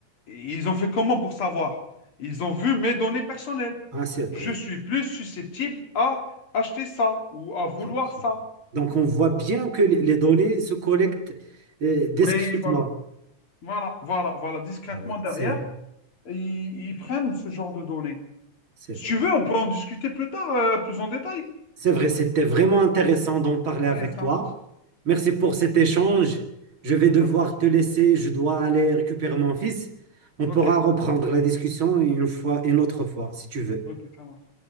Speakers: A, on the left; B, on the right.
A: Et Ils ont fait comment pour savoir? Ils ont vu mes données personnelles.
B: ah c'est vrai.
A: Je suis plus susceptible à acheter ça ou à vouloir
B: Très bien.
A: ça.
B: Donc, on voit bien que les
A: Mm.
B: les données se collectent euh, discrètement.
A: Oui, voilà. Voilà, voilà, voilà, discrètement
B: Ah oui,
A: derrière,
B: c'est vrai,
A: ils, ils prennent ce genre de données.
B: c'est
A: Si
B: vrai.
A: tu veux, on peut en discuter plus tard, euh, plus en détail.
B: C'est vrai, c'était vraiment intéressant d'en parler
A: Oui,
B: avec
A: ça
B: toi.
A: marche.
B: Merci pour cet échange. Je vais
A: Il n'y a
B: devoir
A: pas de souci.
B: te laisser, je dois aller
A: Ok,
B: récupérer mon fils. On
A: ok,
B: pourra reprendre la discussion une fois, une autre fois, si tu veux.
A: ok, ça marche.